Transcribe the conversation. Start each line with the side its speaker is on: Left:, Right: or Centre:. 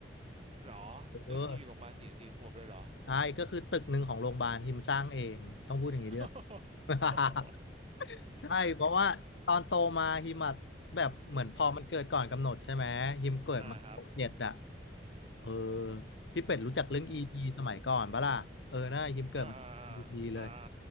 Right: หรอ
Left: เออ
Right: ก็คืออยู่โรงพยาบาลสี่สี่ขวบเลยเหรอ
Left: ใช่ก็คือตึกหนึ่งของโรงพยาบาลฮิมสร้างเองต้องพูดอย่างนี้ด้วย
Right: <laughs>
Left: <laughs> ใช่เพราะว่าตอนโตมาฮิมอะแบบเหมือนพอมันเกิดก่อนกำหนดใช่ไหมฮิมเกิดมาหกเจ็ดอะ
Right: อ่าครับ
Left: เออพี่เป็ดรู้จักเรื่อง
Right: อืม
Left: e ีทีสมัยก่อนปะล่ะเออน่าฮิมเกิดมา
Right: อ่าอ่า
Left: e ีทีเลย
Right: อ่าอ่าอ่า